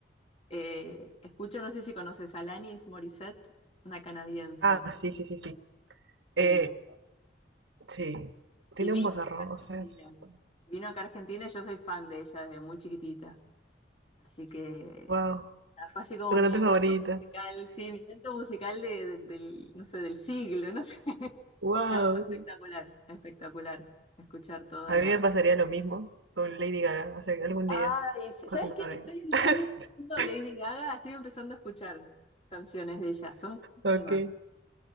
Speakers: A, on the left; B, on the right.
A: eh, escucho, no sé si conoces a Alanis Morissette, una canadiense,
B: Ah, sí, sí, sí, sí.
A: y,
B: Eh, sí, tiene
A: y vino
B: un bozarrón,
A: acá a
B: o sea,
A: Argentina.
B: es...
A: Vino acá a Argentina y yo soy fan de ella desde muy chiquitita. Así que
B: Wow,
A: nada, fue así como
B: su cantante
A: mi evento
B: favorita.
A: musical, sí, mi evento musical de, de- del, no sé, del siglo, no sé. <laughs>
B: Wow.
A: Nada, fue espectacular, espectacular escuchar toda
B: A
A: la
B: mí me pasaría lo mismo con Lady Gaga, o sea, algún
A: Ay,
B: día,
A: sí,
B: cuando
A: ¿sabes qué?
B: venga.
A: Estoy entrando
B: <laughs>
A: en el mundo de Lady Gaga, estoy empezando a escuchar canciones de ella, son buenísimas,
B: Ok.